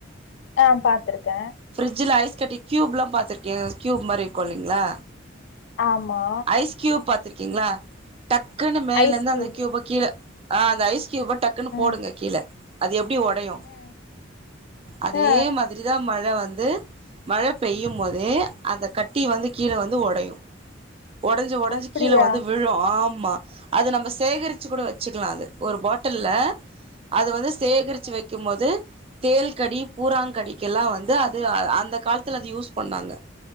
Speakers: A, on the left; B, on the right.
A: ஆ பாத்துருக்க
B: பிரிட்ஜுல ஐஸ் கட்டி கியூபுலா பாத்துருக்கியா கியூப் மாரி இருக்கு இல்லைங்ளா
A: ஆமா
B: ஐஸ் க்யூப் பாத்துருக்கீங்ளா டக்குன்னு மேலந்து
A: ஐஸ் கியூப்
B: அந்த க்யூப கீழ ஆ அந்த ஐஸ் க்யூப டக்குனு
A: ம்
B: போடுங்க கீழ அது எப்டி ஓ டயு
A: ம்
B: அதே
A: ஆ
B: மாதிரிதா மழ வந்து மழ பெய்யும் போதே அந்த கட்டி வந்து கீழ வந்து ஒடையு ஒடஞ்சி ஒடஞ்சி
A: அப்டியா
B: கீழ வந்து விழு ஆமா அது நம்ம
A: ஆ
B: சேகரிச்சு கூட வச்சுக்லா அத ஒரு பாட்டில்ல அது வந்து சேகரிச்சு வெக்கும் போது தேள்கடி பூராங்கடிக்குலா அது அந்த கால்த்துல அது யூஸ் பண்ணாங்க